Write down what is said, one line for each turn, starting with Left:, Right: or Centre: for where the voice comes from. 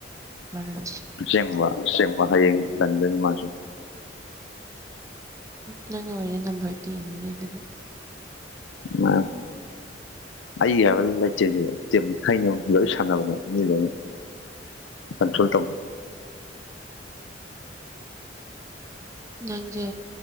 Right: ꯃꯔꯝ
Left: ꯑꯁꯦꯡꯕ ꯑꯁꯦꯡꯕ ꯍꯌꯦꯡ ꯆꯟꯗꯣꯏꯅꯤ ꯃꯥꯁꯨ
Right: ꯅꯪꯅ ꯑꯣꯏꯔꯤꯁꯦ ꯅꯝꯕꯔ ꯇꯦꯟꯅꯤꯅꯦ ꯑꯗꯨꯗꯤ
Left: ꯑ ꯃꯟꯅꯤ <unintelligible> ꯑꯩꯒꯤ ꯍꯥꯏꯕ ꯂꯩꯇꯦꯅꯦ ꯇꯤꯝ ꯍꯩꯅꯕꯤ ꯂꯣꯏ ꯁꯥꯟꯅꯕꯅꯦ ꯃꯤ ꯂꯣꯏꯅ ꯀꯟꯇꯔꯣꯜ ꯇꯧ
Right: ꯅꯪꯁꯦ